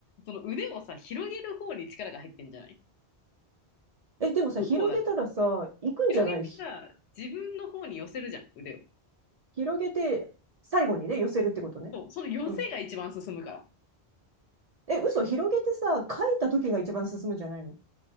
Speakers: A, on the left (about 85°); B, on the right (about 55°).
A: その腕をさ、広げる方に力が入ってんじゃない
B: え、でもさ、広げたらさ、
A: 方だから。
B: 行くんじゃないひ
A: 広げてさ、自分の方に寄せるじゃん、腕を。
B: 広げて、最後にね、寄せるってことね。
A: そう、その寄せが一番進むから。
B: うん。え、嘘、広げてさ、書いた時が一番進むんじゃないの